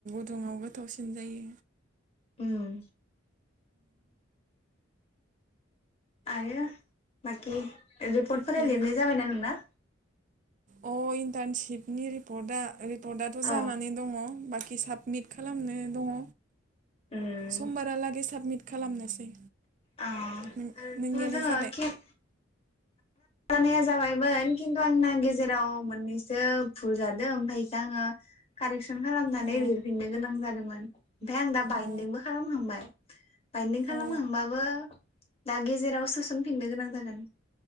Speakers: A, on the right (about 40°); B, on the left (about 30°).
A: गुदुङाव गोथावसिन जायो।
B: उम आरो बाखि रिपर्टफोरा
A: उम
B: लिरनाय जाबायना नोंना
A: अ इन्टार्नशिपनि रिपर्टआ रिपर्टआथ' जानानै
B: औ
A: दङ बाखि साबमिट खालामनो दङ
B: उम
A: समबारालागै साबमिट खालामनोसै
B: औ आरोथ
A: नों नोंनियालाय
B: जोङो
A: जाबाय
B: जानाया जाबायमोन खिन्थु आंना गेजेराव मोननैसो भुलादो ओमफ्रायखो आङो कारेकसन खालामनानै
A: अ
B: लिरफिननो गोनां जादोंमोन ओमफफ्राय आं दा बायदिंबो
A: अ
B: खालामहांबाय बाइन्दिं खालामहांबाबो
A: अ
B: दा गेजेराव सोसनफिननो गोनां जागोन।